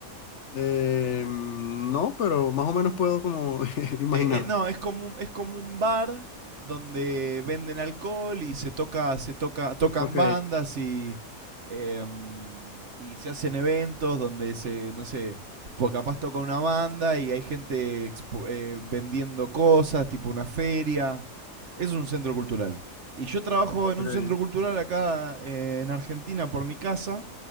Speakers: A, on the left; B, on the right.
A: Eh, no, pero más o menos puedo como <laughs> imaginar.
B: Te- eh, no, es como un, es como un bar donde venden alcohol y se toca, se toca, tocan
A: Ok,
B: bandas y em, y se hacen eventos donde se, no sé, pues capaz toca una banda y hay gente expo- eh, vendiendo cosas, tipo una feria. Eso es un centro cultural. Y yo trabajo en
A: ok,
B: un centro cultural acá eh, en Argentina por mi casa